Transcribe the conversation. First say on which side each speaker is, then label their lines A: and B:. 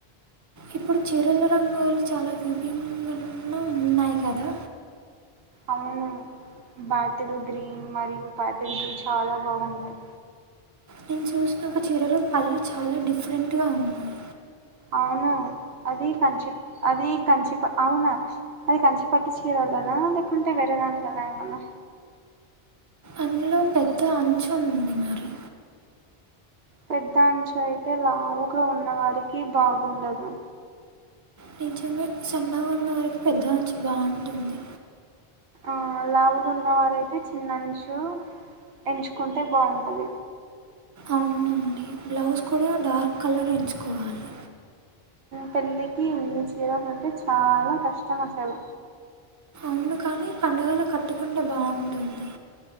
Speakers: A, on the right; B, on the right.
A: ఇప్పుడు చీరల రంగులు చాలా విభిన్నంగా ఉన్నాయి కదా
B: అవును బాటిల్ గ్రీన్ మరియు బాటిల్ బ్లూ చాలా బాగున్నాయి
A: నేను చూసిన ఒక చీరలో పల్లు చాలా డిఫరెంట్గా ఉన్నాయి
B: అవును అద కంచి అది కంచిప అవునా అది కంచిపట్ చీర లేకుంటే వేరే దాంట్లోనా ఏమన్నా
A: అందులో పెద్ద అంచు ఉండిది మరి
B: పెద్ద అంచు అయితే లావుగా ఉన్నవారికి బాగుండదు
A: నిజమే సన్నగా ఉన్న వరకి పెద్ద అంచు బాగుంటుంది
B: ఆ లావుగా ఉన్నవారైతే చిన్నంచు ఎంచుకుంటే బాగుంటది
A: అవునుండి బ్లౌజ్ కూడా డార్క్ కలర్ ఎంచుకోవాలి.
B: పెళ్ళికి ఇన్ని చిరాలంటే చాలా కష్టం అసలు
A: అవును కాని పండుగలకి కట్టుకుంటే బాగుంటుంది